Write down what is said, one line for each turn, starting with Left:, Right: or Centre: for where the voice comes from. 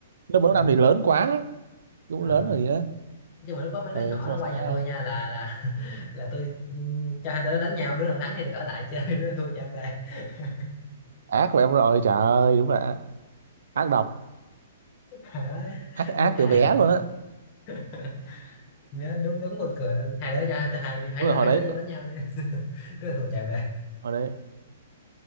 Right: lớp bốn
Left: ừ.
Right: năm thì lớn quá cũng
Left: à,
Right: lớn rồi gì nữa
Left: nhưng mà lúc đó mấy
Right: ờ
Left: đứa nhỏ
Right: xong
Left: nó
Right: rồi
Left: qua
Right: sao
Left: nhà
Right: nữa không
Left: tôi nha là là <laughs> là tôi ừ, cho hai tụi nó đánh nhau đứa nào thắng thì được ở lại <laughs> chơi đứa nào thua trả về <laughs>
Right: ác của em rồi trời ơi đúng là ác độc
Left: Hồi đó
Right: ác ác
Left: đúng hà
Right: từ bé luôn á
Left: <laughs> nhớ đúng đúng buồn cười luôn hai đứa cho hai hai hai
Right: đúng
Left: đứa
Right: rồi
Left: hai
Right: hồi đấy
Left: đứa vô đánh nhau đi. <laughs> đứa nào thua chạy về
Right: hồi đấy